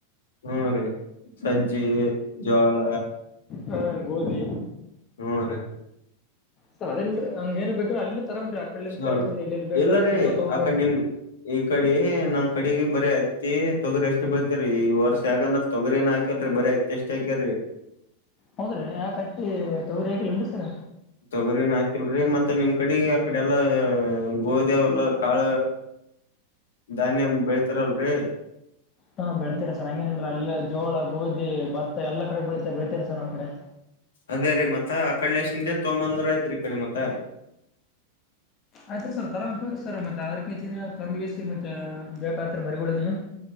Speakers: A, on the left (about 60°); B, on the left (about 30°).
A: ಹ್ಮರಿ ಸಜ್ಜಿ ಜೋಳ
B: ಹ ಗೋಧಿ
A: ಹ್ಮ ರೀ.
B: ಸರ್ ಅದೇನ್ರಿ ಹಂಗ ಏನ್ ಬೇಕ್ರ ಅಲ್ಲಿನ ತರಾಮ್ರಿ ಆ ಕಡಿಂದ
A: ಸ್ವಲ್
B: ಕಳ್ಕ ಎಲ್ಲಿ ಬೇಕಾ
A: ಎಲ್ಲಾರೀ
B: ಸಿಗತ ತಗೊಂಬರ್ರಿ.
A: ಆ ಕಡೆ ನಿಮ್ ಈ ಕಡೆ ನಮ್ ಕಡೆಗ ಬರೀ ಹತ್ತಿ ತೊಗರಿ ಅಷ್ಟೇ ಬರ್ತರಿ ವರ್ಷ ಯಾಕಂದ್ರ. ತೊಗರಿನಾಕಲ್ರಿ ಬರಿ ಅತ್ತಿ ಅಷ್ಟ ಹಾಕ್ಯರೀ.
B: ಹೌದ್ರೀ ಯಾಕಟ್ಟಿ ತಗರಿ ಹಾಕಿಲ್ಲ ಅನ್ರಿ ಸರ.
A: ತೊಗರಿನ ಹಾಕಿಲ್ರಿ ಮತ್ತೆ ನಿಮ್ ಕಡೆ ಆಕಡೆ ಎಲ್ಲಾ ಗೋದೇವೆಲ್ಲಾ ಕಾಳ ಧನ್ಯಮ ಬೆಳತಾರಲ್ರರಿ.
B: ಹಾ ಬೆಳ್ತೀರಾ ಸರ್ ಹಂಗೇನಿಲ್ಲರೀ ಜೋಳ ಗೋಧಿ ಭತ್ತ ಎಲ್ಲ ಕಡೆ ಬೆಳಿತೆ ಬೆಳತೀರ ಸರ್ ನಮ್ಮ ಕಡೆ.
A: ಅದೇ ರೀ ಮತ್ತ ಆ ಕಡ ಶಿಂದೆ ತೊಂಬಂದ್ರ ಐತ್ರಿ ಈ ಕಡೆ ಮತ್ತ
B: ಆಯ್ತ್ರಿ ಸರ್ ತರ ಬತವ್ರೀ ಸರ್ ಮತ್ತೆ ಅದ್ರ ಕೆಜಿನ ತಂದ ಬಸಿ ಮತ್ತೆ ಬೇಕತ್ ಮರಿಗಳಿಗನು